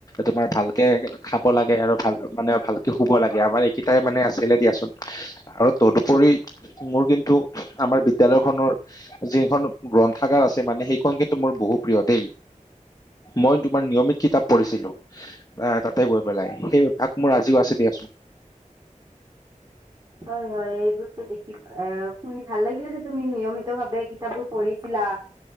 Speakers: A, on the left; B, on the right.
A: তোমাৰ ভালকে খাব লাগে, আৰু ভাল মানে ভালকে শুব লাগে, আমাৰ এইকেইটাই মানে আছিলে দিয়াচোন। আৰু তদুপৰি মোৰ কিন্তু আমাৰ বিদ্যয়ালয় খনৰ যিখন গ্ৰন্থাগাৰ আছে মানে সেইখন কিন্তু মোৰ বহু প্ৰিয় দেই। মই তোমাৰ নিয়মিত কিতাপ পঢ়িছিলো। অ', তাতে গৈ পেলাই। সেই অভ্যাক মোৰ আজিও আছে দিয়াচোন।
B: হয়, হয়। এইবোৰতো দেখি, শুনি ভাল লাগিলে যে তুমি নিয়মিত ভাৱে কিতাপবোৰ পঢ়িছিলা।